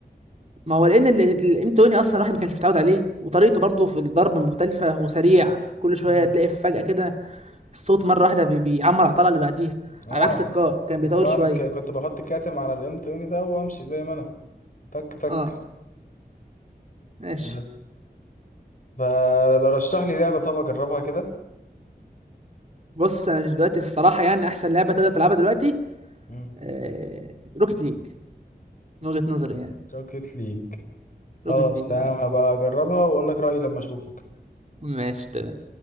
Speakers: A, on the right; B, on the left.
A: ما هو لان الانتوني اصلا الواحد ما كانش متعود عليه وطريقته برضه في الضرب مختلفه وسريع كل شويه
B: امم
A: تلاقي فجاه كده الصوت مره واحده بي- بيعمر على الطلقه اللي بعديها
B: اه
A: على عكس الكار كان بيطول
B: انا بعمل
A: شويه
B: ك... كنت بحط كاتم على الام 20 ده وامشي زي ما انا تك تك
A: اه ماشي
B: بس فبرشح لي لعبة طب أجربها كده
A: بص انا دلوقتي الصراحه يعني احسن لعبه تقدر تلعبها دلوقتي
B: مم.
A: آه... روكيت ليج من وجهه نظري يعني
B: روكيت ليج خلاص
A: روكيت ليج
B: تمام
A: اه
B: هبقى أجربها وأقول لك رأيي لما أشوفك
A: ماشي